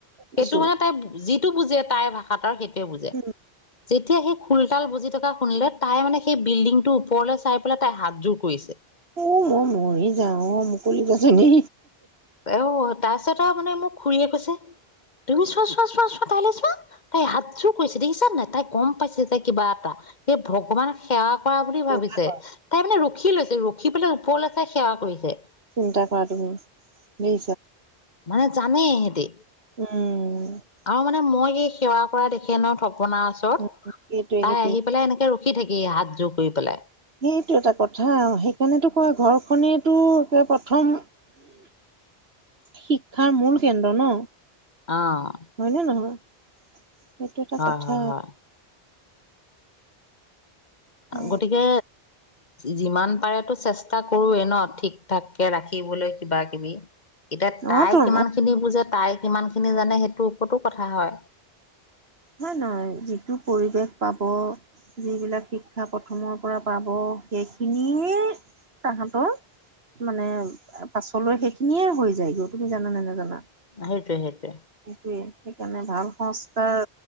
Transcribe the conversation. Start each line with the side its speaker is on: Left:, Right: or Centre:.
Left: সেইটো
Right: দিছো
Left: মানে তাই- যিটো বুজে তাইৰ ভাষাত আৰু সেইটোোৱে বুজে
Right: উম,
Left: যেতিয়া সেই খোলতাল বজি থকা শুনিলে তাই মানে সেই বিল্ডিংটোৰ ওপৰলৈ চাই পেলাই তাই হাতযোৰ কৰিছে।
Right: অ' মই মৰি যাও অ মুকলিকেজনি
Left: অ' তাৰপিছত আৰু মানে মোক খুুৰীয়ে কৈছে তুমি চোৱা চোৱা চোৱা চোৱা তাইলৈ চোৱা। তাই হাতযোৰ কৰিছে দেখিছা নাই তাই গম পাইছে তাই কিবা এটা এই ভগৱানে সেৱা কৰা বুলি
Right: চিন্তা
Left: ভাৱিছে
Right: কৰা,
Left: তাই মানে ৰখি লৈছে ৰখি পেলাই ওপৰলৈ চাই সেৱা কৰিছে
Right: চিন্তা কৰা তুমি <unintelligible>
Left: মানে জানে এহেতে
Right: উম
Left: আৰু মানে মই এই সেৱা কৰা দেখে ন থপনা ওচৰত
Right: উম, সেইটোৱে,
Left: তাই
Right: সেইটোৱে।
Left: আহি পেলাই এনেকে <unintelligible> ৰখি থাকেহি হাত জোৰ কৰি পেলাই
Right: সেইটো এটা কথা সেইকাৰণেতো কয় ঘৰখনেইতো একে প্ৰথম শিক্ষাৰ মূল কেন্দ্ৰ ন
Left: অ
Right: হয়নে নহয় এইটো এটা
Left: হয়
Right: কথা
Left: হয় হয়
Right: অ,
Left: গতিকে যিমান পাৰেতো চেষ্টা কৰোৱেই ন ঠিক থাককে ৰাখিবলৈ কিবা কিবি এতিয়া
Right: অ,
Left: তাই
Right: তোন
Left: কিমানখিনি বুজাত তাই কিমানখিনি জানে সেইটোৰ ওপৰতো কথা হয়
Right: নাই নাই যিটো পৰিৱেশ পাব যিবিলাক শিক্ষা প্ৰথমৰ পৰা পাব সেইখিনিয়েই তাহাঁতৰ মানে পাছলৈ সেইখিনিয়ে হৈ যায়গৈ তুমি জানা নে নাজানা
Left: সেইটোৱে, সেইটোৱে।
Right: সেইটোৱেই, সেইকাৰণে ভাল সংস্কাৰ